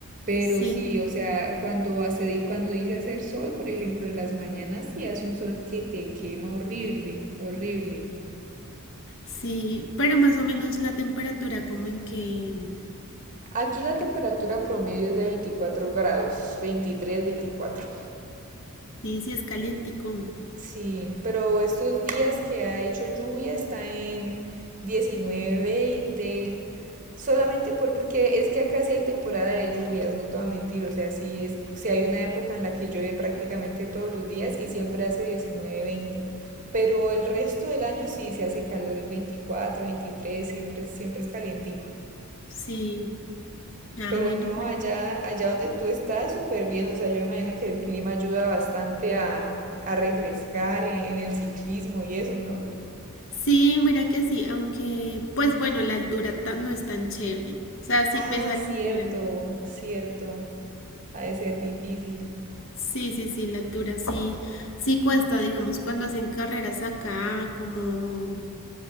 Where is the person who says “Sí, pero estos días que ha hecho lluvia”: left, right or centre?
Right